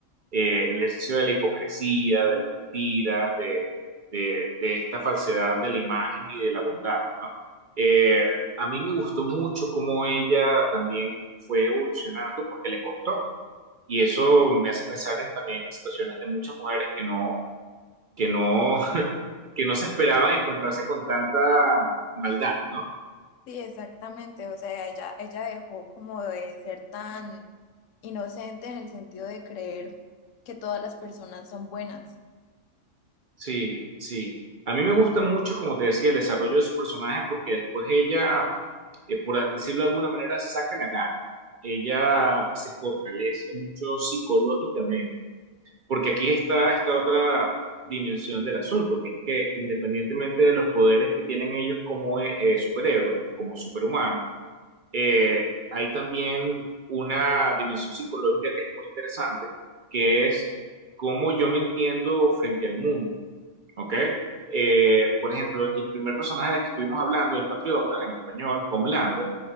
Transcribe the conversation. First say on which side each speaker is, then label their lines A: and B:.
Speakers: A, on the right (about 50°); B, on the left (about 75°).
A: eh, el ejercicio de la hipocresía, de las mentiras, de, de, de esta falsedad de la imagen y de la bondad. Eh, a mí me gustó mucho cómo ella también fue evolucionando porque le costó. Y eso me hace pensar en, también en situaciones de muchas mujeres que no, que no, que no se esperaban encontrarse con tanta maldad, ¿no?
B: Sí, exactamente, o sea, ella, ella dejó como de ser tan inocente en el sentido de creer que todas las personas son buenas.
A: Sí, sí. A mí me gusta mucho, como te decía, el desarrollo de su personaje porque después ella, eh, por decirlo de alguna manera, saca la cara. Ella se fortalece mucho psicológicamente Porque aquí está esta otra dimensión del asunto, que es que independientemente de los poderes que tienen ellos como eh, eh, superhéroes, como superhumanos, eh, hay también una dimensión psicológica que es muy interesante, que es cómo yo me entiendo frente al mundo, ¿ok? Eh, por ejemplo, el primer personaje del que estuvimos hablando, el patriota, en español, Homelander,